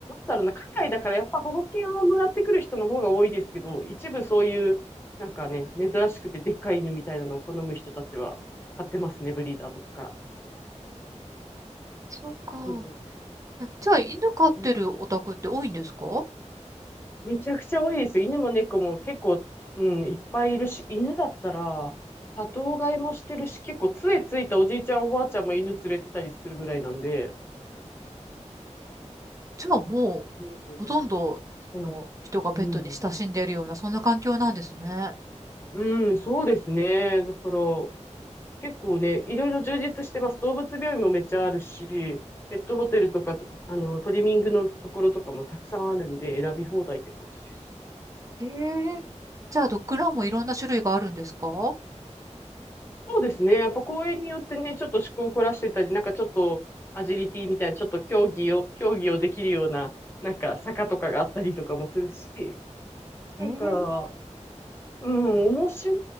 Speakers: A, on the left; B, on the right.
A: だろうな、海外だからやっぱ保護犬をもらってくる人の方が多いですけど、一部そういう、なんかね、珍しくてでっかい犬みたいなのを好む人たちは買ってますね、ブリーダーとかから。
B: そうか。
A: うん。
B: えじゃあ、犬飼ってるお宅って多いんですか
A: うんめちゃくちゃ多いですよ。犬も猫も結構、うん、いっぱいいるし、犬だったら、多頭飼いもしてるし、結構杖ついたおじいちゃんおばあちゃんも犬連れてたりするぐらいなんで、
B: じゃあもう、
A: そうね。
B: ほとんどの人がペットに親しんでいるような、
A: そう。うん。
B: そんな環境なんですね。
A: うん、そうですね。だから、結構ね、いろいろ充実してます。動物病院もめっちゃあるし、ペットホテルとかと、あの、トリミングのところとかもたくさんあるんで、選び放題って感じです。
B: へえ。じゃあ、ドッグランもいろんな種類があるんですか
A: そうですね。やっぱ公園によってね、ちょっと趣向を凝らしてたり、なんかちょっとアジリティみたいな、ちょっと競技を、競技をできるような、なんか坂とかがあったりとかもするし、なんか、
B: へえ。
A: うん、面白